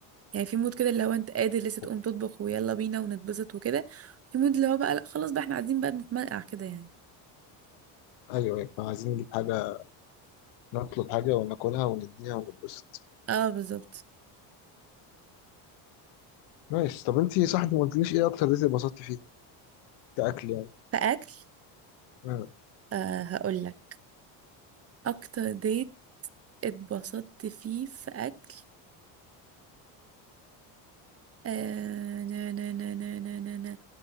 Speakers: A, on the right; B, on the left.
A: يعني في مود كده اللي هو انت قادر لسه
B: ايوه
A: تقوم تطبخ ويلا بينا ونتبسط وكده في مود اللي هو بقى لا خلاص بقى احنا قاعدين بقى بنتمرقع كده يعني
B: ايوه احنا عايزين نجيب حاجه نطلب حاجه وناكلها ونديها ونتبسط
A: اه بالظبط
B: نايس طب انتي صح انت ما قلتليش ايه اكتر ديت اتبسطتي فيه كاكل يعني
A: فاكل
B: مم.
A: آه هقول لك اكتر ديت اتبسطت فيه في اكل آه نا نا نا نا نا نا نا.